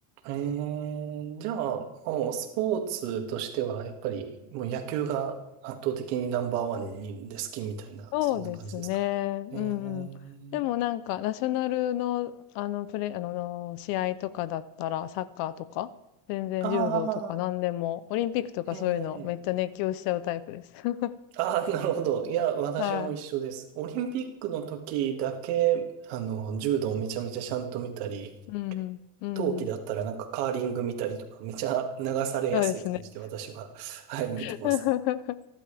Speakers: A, on the right; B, on the left.
A: ええ、じゃあ、もうスポーツとしては、やっぱりもう野球が圧倒的にナンバーワンにで好きみたいな、
B: そうですね。
A: そんな感じですかええ、
B: うんうん。でもなんか、ナショナルの、あの、プレあの、試合とかだったら、サッカーとか、全然柔道とか何でも、
A: ああ、
B: オリンピックとかそういうの、
A: ええ
B: めっちゃ熱狂しちゃうタイプです。<laughs>
A: ああ、なるほど。いや、私も一緒です。
B: は
A: オリンピックの時だけ、あの、柔道をめちゃめちゃちゃんと見たり、
B: い。うんうん。うんうん。
A: 冬季だったらなんかカーリング見たりとか、めちゃ流されやすい感じで私は、
B: そうですね。
A: <laughs> はい、見てますね。
B: <laughs>